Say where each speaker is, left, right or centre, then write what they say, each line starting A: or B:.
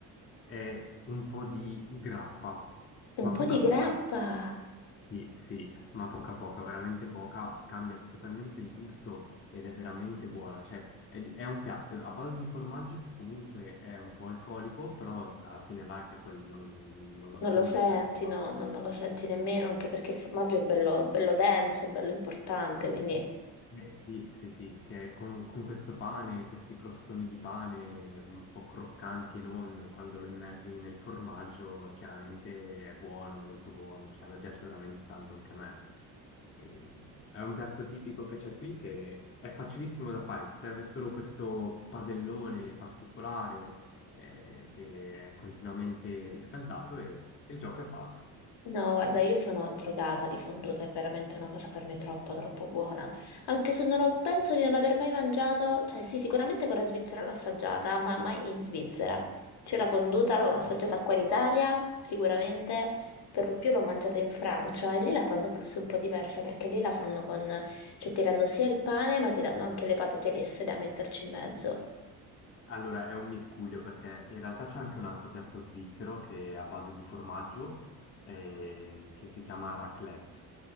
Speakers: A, on the left; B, on the left.
A: è un po' di grappa,
B: un
A: ma
B: po'
A: poca
B: di grappa.
A: poca. Sì, sì, ma poca poca, veramente poca, cambia totalmente il gusto ed è veramente buona, cioè è, di- è un piatto a base di formaggio che comunque è un po' alcolico, però alla fine l'alcol non, non lo assimili
B: Non lo senti,
A: perché va.
B: no, no, non lo senti nemmeno, anche perché il formaggio è bello, bello denso, è bello importante, quindi...
A: Eh, sì, sì, sì, che con, con questo pane, questi crostoni di pane un po' croccanti e non, quando lo immergi nel formaggio, chiaramente è buono, molto buono, cioè a me piace veramente tanto anche a me. Ehm, È un piatto tipico che c'è qui che è facilissimo da fare, ti serve solo questo padellone particolare eh, che è continuamente riscaldato e, e il gioco è fatto.
B: No, guarda, io sono drogata di fonduta, è veramente una cosa per me troppo, troppo buona. Anche se non ho, penso di non aver mai mangiato, cioè sì, sicuramente quella svizzera l'ho assaggiata, ma mai in Svizzera. Cioè la fonduta l'ho assaggiata
A: Mm.
B: qua in Italia, sicuramente, per lo più l'ho mangiata in Francia e lì la fanno forse un po' diversa perché lì la fanno con, cioè ti danno sia il pane, ma ti danno anche le patate lesse da metterci in mezzo.
A: Allora è un miscuglio perché in realtà c'è anche un altro piatto svizzero che è a base di formaggio eh, che si chiama raclette.